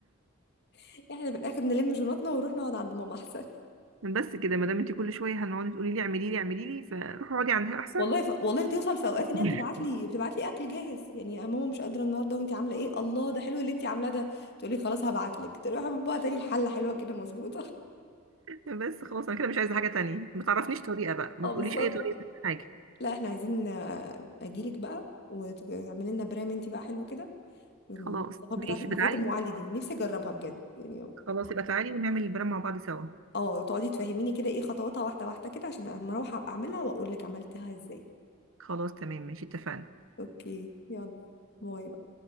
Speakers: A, on the left; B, on the right.
A: <laughs> احنا في الاخر نلم جوناتنا ونروح نقعد عند ماما احسن
B: بس كده ما دام انت كل شويه هنقعدي تقولي لي اعملي لي اعملي لي فروحي اقعدي عندها احسن
A: والله ف... والله بتوصل في اوقات
B: <laughs>
A: ان هي بتبعت لي بتبعت لي اكل جاهز يعني يا ماما مش قادره النهارده وانت عامله ايه الله ده حلو اللي انت عاملاه ده تقولي خلاص هبعت لك تروح بابا تاني الحله حلوه كده مظبوطه <laughs>
B: بس خلاص انا كده مش عايزه حاجه تانية ما تعرفنيش طريقه بقى ما
A: اه
B: تقوليش
A: بالظبط
B: اي طريقه
A: كده
B: في حاجه
A: لا احنا عايزين آه، اجيلك بقى وتعملي لنا برام انت بقى حلو كده والوصفات
B: خلاص ماشي
A: بتاعتك
B: بتعالي
A: بالذات ام علي دي نفسي اجربها بجد يعني
B: خلاص يبقى تعالي ونعمل البلان مع بعض سوا
A: اه تقعدي تفهميني كده ايه خطواتها واحده واحده كده عشان لما اروح أبقى اعملها واقول لك عملتها ازاي
B: خلاص تمام ماشي اتفقنا
A: اوكي يلا باي